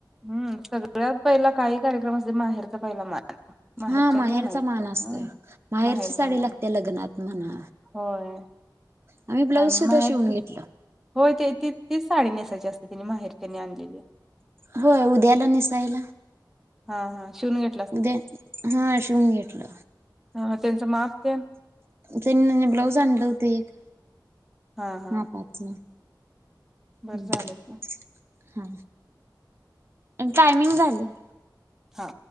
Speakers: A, in the centre; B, on the right.
A: हम्म सगळ्यात पहिला काही कार्यक्रम असते माहेरचा पहिला मान. माहेरच्यानी
B: हा माहेरचा
A: आणायचं
B: मान असतोय.
A: हं
B: माहेरची
A: माहेरचामाना
B: साडी लागते लग्नात म्हणा.
A: होय
B: आम्ही ब्लाऊज
A: आणि
B: सुद्धा
A: माहेरची
B: शिवून घेतलं
A: हो ते त तीच साडी नेसायची असते तिने माहेर त्यानी आणलेली
B: होय उद्याला निसायला
A: हा हा शिवून घ
B: उद्या हा शिवून घेतलं
A: हा त्यांचं माप त्या
B: त्यां ब्लाऊज आणलं होत एक
A: हा हा
B: मापाच.
A: बरं
B: ह्
A: झालं की
B: हा आणि टायमिंग झाले.
A: हा.